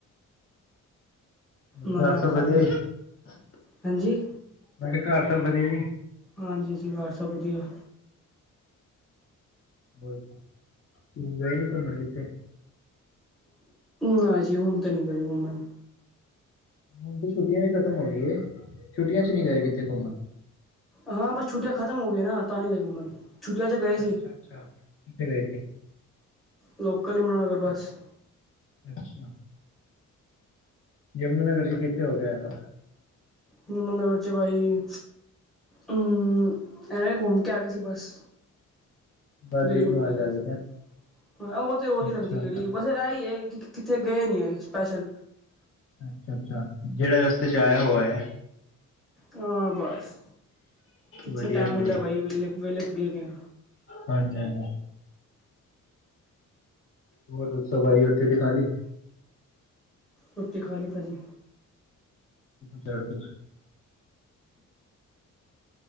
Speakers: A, on the left (about 45°); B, in the centre.
A: ਹੋਰ
B: ਨਾਨਾ
A: ਘਰ ਸਭ
B: ਖਾ
A: ਵਧੀਆ
B: ਰਹੇ
A: ਜੀ,
B: ਹਾਂਜੀ
A: ਮੈ ਕਿਹਾ ਘਰ ਸਭ ਵਧੀਆ ਜੀ।
B: ਹਾਂਜੀ ਜੀ, ਪਰਿਵਾਰ ਸਭ ਵਧੀਆ।
A: ਹੋਰ ਤੂਸੀ ਗਏ ਨੀ ਘੁੰਮਣ ਕਿੱਥੇ?
B: ਨਾ ਜੀ, ਹੁਣ ਤਾਂ ਨਈ ਕੋਈ ਘੁੰਮਣ
A: ਹੁਣ ਤੇ ਛੁੱਟੀਆਂ ਵੀ ਖ਼ਤਮ ਹੋ ਗਈ ਏ, ਛੁੱਟੀਆਂ ਚ ਨੀ ਗਏ ਕਿੱਥੇ ਘੁੰਮਣ?
B: ਹਾਂ, ਬਸ ਛੁੱਟਿਆ ਖਤਮ ਹੋ ਗਈਆਂ ਨਾ ਤਾਂ ਨਹੀਂ ਗਏ ਘੁੰਮਨ। ਛੁੱਟੀਆਂ ਚ ਗਏ ਸੀ।
A: ਅੱਛਾ-ਅੱਛਾ, ਕਿੱਥੇ ਗਏ ਸੀ?
B: ਲੋਕਲ ਯਮੁਨਾ ਨਗਰ ਬੱਸ।
A: ਅੱਛਾ। ਯਮੁਨਾ ਨਗਰ ਚ ਕਿੱਥੇ ਹੋ ਕੇ ਆਏਂ ਓ?
B: ਯਮੁਨਾ ਨਗਰ ਚ ਭਾਈ ਹਮ। ਐਵੇਂ ਘੁੰਮ ਕੇ ਆ ਗਏ ਸੀ ਬਸ।
A: ਬਸ
B: ਗੇੜੀ ਗੁੜੀ ਮਾਰ
A: ਕੇ
B: ਆਏਂ
A: ਆ ਗਏ
B: ਸੀ। ਹਾਂ ਉਹ ਤੇ ਰੋਜ਼
A: ਅੱਛਾ
B: ਹੀ ਲੱਗਦੀ ਗੇੜੀ ਬਸ ਇਹੀ ਐਂ ਕਿ ਕਿੱਥੇ ਗਏ ਨਈ ਅਸੀਂ ਸਪੈਸ਼ਲ।
A: ਅੱਛਾ-ਅੱਛਾ। ਜਿਹੜਾਂ ਰਸਤੇ ਚ ਆਇਆਂ ਹੋ ਆਇਆਂ ਐਂ।
B: ਹਾਂ ਬਸ ਕਿੱਥੇ
A: ਵਧੀਆ
B: ਟਾਇਮ
A: ਭਾਜੀ।
B: ਮਿਲ਼ਦਾ ਬਾਈ ਵੇਲ਼ੇ ਵੇਹਲੇ ਥੋੜ੍ਹੀ ਹੈਗੇ ਆ।
A: ਹਾਂਜੀ-ਹਾਂਜੀ। ਹੋਰ ਦੱਸੋਂ ਬਾਈ, ਰੋਟੀ ਰੁਟੀ ਖ਼ਾਲੀ।
B: ਰੋਟੀ ਖਾ ਲੀ ਪਾਜ਼ੀ।
A: ਚਲੋਂ ਠੀਕ।